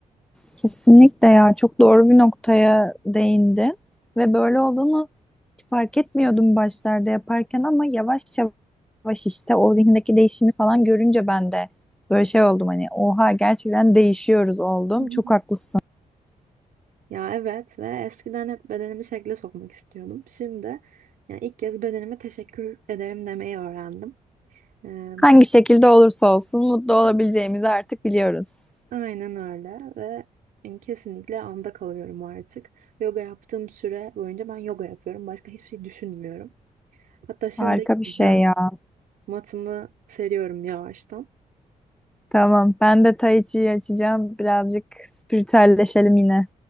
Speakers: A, in the centre; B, on the right.
A: Kesinlikle ya. Çok doğru bir noktaya değindi. Ve böyle olduğunu fark etmiyordum başlarda yaparken ama yavaş yavaş işte o zihnindeki değişimi falan görünce ben de böyle şey oldum hani oha gerçekten değişiyoruz oldum.
B: Hı hı.
A: Çok haklısın.
B: Ya evet ve eskiden hep bedenimi şekle sokmak istiyordum. Şimdi yani ilk kez bedenime teşekkür ederim demeyi öğrendim. Ee,
A: Hangi şekilde olursa olsun mutlu olabileceğimizi
B: a-
A: artık biliyoruz.
B: aynen öyle ve yani kesinlikle anda kalıyorum artık. Yoga yaptığım süre boyunca ben yoga yapıyorum. Başka hiçbir şey düşünmüyorum. Hatta şimdi
A: Harika bir
B: gideceğim.
A: şey ya.
B: Matımı seriyorum yavaştan.
A: Tamam, ben de Tai Chi'yi açacağım. Birazcık spiritüelleşelim yine.